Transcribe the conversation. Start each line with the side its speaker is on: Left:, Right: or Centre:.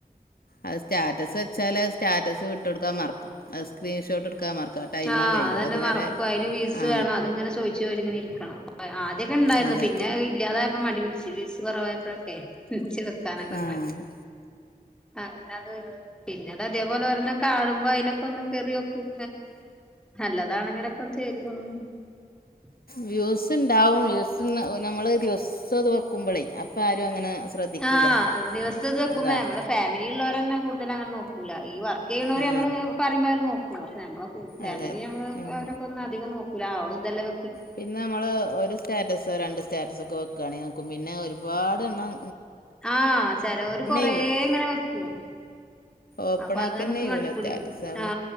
Left: അത് സ്റ്റാറ്റസ് വെച്ചാല്ത് സ്റ്റാറ്റസ് വിട്ട് കൊടുക്കാൻ മറക്കും അത് സ്ക്രീൻഷോട്ട് എടുക്കാൻ മറക്കും ആ ടൈമാൻ
Centre: ആഹ്
Left: കഴിയും
Centre: അതന്നെ
Left: അതുവരെ
Centre: മറക്കു അതിന് വീസ്
Left: ആ
Centre: വേണം അത് ഇങ്ങനെ ചോദിച്ചു ചോിങ്ങനെ ഇരിക്കണം ഇൊക്കെ ഉണ്ടായിരുന്നു
Left: അതെ
Centre: പിന്നെ ഇല്ലാതായപ്പോ മടി പിടിച്ചു വീസ് കുറവായപ്പോഴൊക്കെ <unintelligible> വെക്കാനക്കൊ
Left: ആ
Centre: രു മടി
Left: അതെ
Centre: ആ <unintelligible> ത പിന്നെട് അതേപലോരോന്ന് കാണുമോ അതിലൊക്കെ ഒന്ന് കയറിയോക്കും നല്ലതാണങ്ങനൊക്കെ <unintelligible>
Left: വ്യൂസ് ഉണ്ടാവും വ്യൂസ് നമ്മൾ ദിവസ് നക്കുമ്പോളേ അപ്പം ആരും അങ്ങനെ ശ്രദ്ധിക്കൂല
Centre: ആഹ് ദിവസം ഇത് വെക്കുമ്പോ
Left: അതാണ്
Centre: നമ്മളെ ഫാമിലി ഉള്ളവർ തന്നെ കൂടുതല അങ്ങനെ നോക്കൂല ഈ വർക്ക് ചെയ്യണവര്
Left: ആ
Centre: നമ്മള് പറുമ്പോ അവര് നോക്ക പക്ഷെ നമ്മള ഫാമിലി
Left: അതെ
Centre: നമ്മള്
Left: ഉം.
Centre: അവരൊക്കെ ഒന്നും അധികം നോക്കൂല ആളും എന്തെല്ലാം
Left: പിന്നെ നമ്മൾ ഒരു സ്റ്റാറ്റസ് രണ്ട് സ്റ്റാറ്റസൊക്കെ വെക്കുകയാണെങ്കിൽ നോക്കും പിന്നെ ഒരുപാടെണ്ണം
Centre: ആഹ ചിലവര് കൊറെ
Left: ചെയ്യൂല
Centre: ഇങ്ങനെ വെക്കും
Left: ഓപ്പണാക്കന്നെ
Centre: അപ്പൊ അത് നമുക്ക്
Left: ചെയ്യൂല
Centre: മടക്ക
Left: സ്റ്റാറ്റസ്
Centre: കുടിക്കും
Left: ആവോ
Centre: ആ